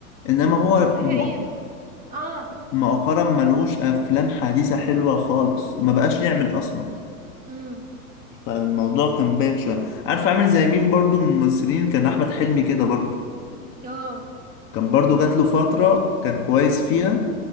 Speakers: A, on the left; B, on the right.
A: انما هو
B: ده حقيقة
A: مؤخ-
B: اه
A: مؤخرا ملوش افلام حديثة حلوة خالص ما بقاش يعمل اصلا
B: امم
A: فالموضوع كان بايخ شويه عارف عامل زي مين برضو من الممثلين كان احمد حلمي كده برضو
B: اه
A: كان برضو جات له فتره كان كويس فيها